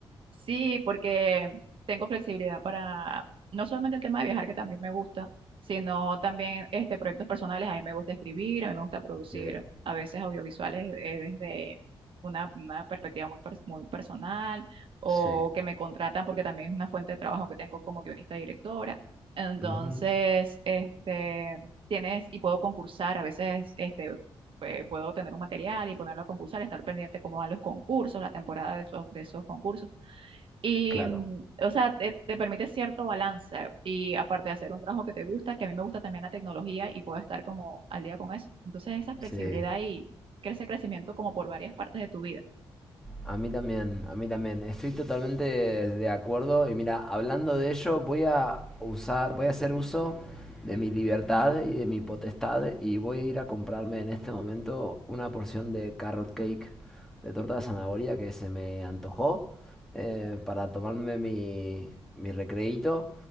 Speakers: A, on the right; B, in the centre.
A: Sí, porque tengo flexibilidad para no solamente el tema de viajar, que también me gusta, sino también este, proyectos personales. A mí me gusta escribir, a mí me gusta producir
B: sí,
A: a veces audiovisuales eh, desde una, una perspectiva muy, pers- muy personal o
B: sí.
A: que me contratan porque también es una fuente de trabajo que tengo como guionista y directora. Entonces,
B: Ujú,
A: este, tienes y puedo concursar, a veces este, pues, puedo tener un material y ponerlo a concursar, estar pendiente cómo van los concursos, la temporada de esos, de esos concursos. Y,
B: Claro,
A: mm, o sea, te, te permite cierto balance y aparte de hacer un trabajo que te gusta, que a mí me gusta también la tecnología y puedo estar como al día con eso. Entonces, esa flexibilidad
B: sí.
A: y crece crecimiento como por varias partes de tu vida.
B: A mí también, a mí también. Estoy totalmente de acuerdo. Y mira, hablando de ello, voy a usar, voy a hacer uso de mi libertad y de mi potestad y voy a ir a comprarme en este momento una porción de carrot cake de torta de zanahoria que se me antojó eh, para tomarme mi, mi recreíto